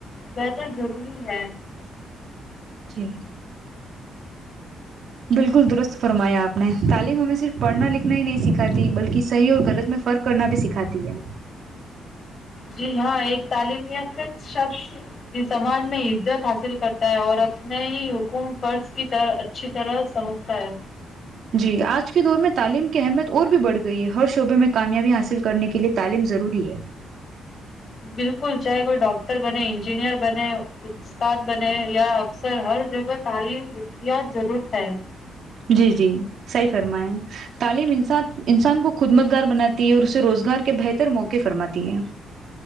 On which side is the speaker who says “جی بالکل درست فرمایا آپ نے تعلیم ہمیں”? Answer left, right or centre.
Right